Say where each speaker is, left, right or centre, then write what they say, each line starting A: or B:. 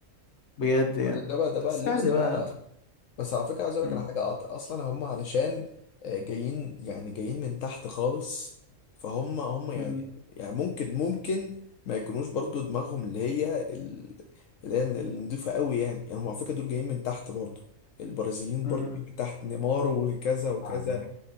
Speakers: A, on the left (about 60°); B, on the left (about 75°).
A: بجد يعني
B: ولا ده بقى ده بقى
A: بس
B: اللبس
A: عادي بقى
B: بقى بس على فكرة عايز اقول
A: مم.
B: لك على حاجة أط- اصلا هم علشان آه، جايين يعني جايين من تحت خالص فهم هم يعني
A: مم.
B: يعني ممكن ممكن ما يكونوش برضو دماغهم اللي هي ال- اللي هي النضيفة قوي يعني يعني هم على فكرة دول جايين من تحت برضو البرازيليين برضو
A: مم.
B: جايين من تحت نيمار وكذا وكذا
A: طبعاً يعني.